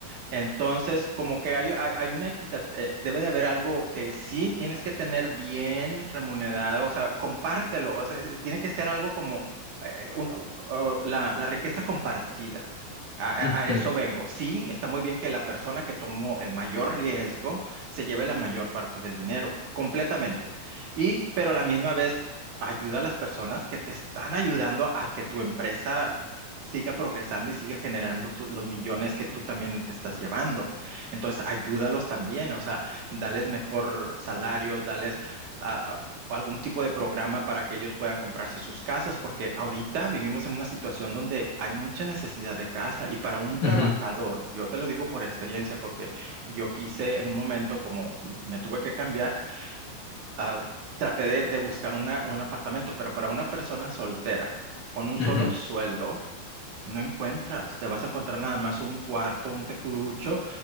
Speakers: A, on the right; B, on the left.
A: Entonces, como que hay, hay, hay una equidad, eh, debe de haber algo que sí tienes que tener bien remunerado, o sea, compártelo, o sea, es- tiene que ser algo como eh, un- u- uh, la, la riqueza compartida. A,
B: ujú,
A: a- a eso vengo. Sí, está muy bien que la persona que tomó el mayor riesgo se lleve la mayor parte del dinero, completamente. Y, pero a la misma vez, ayuda a las personas que te están ayudando a que tu empresa siga progresando y siga generando tu- los millones que tú también te estás llevando. Entonces, ayúdalos también, o sea, dales mejor salarios, dales ah, algún tipo de programa para que ellos puedan comprarse sus casas, porque ahorita vivimos en una situación donde hay mucha necesidad de casa y para un trabajador,
B: ujú,
A: yo te lo digo por experiencia, porque yo quise en un momento, como m- me tuve que cambiar, ah, traté de, de buscar una- un apartamento, pero para una persona soltera, con un solo
B: ujú,
A: sueldo, no encuentras, te vas a encontrar nada más un cuarto, un tecurucho,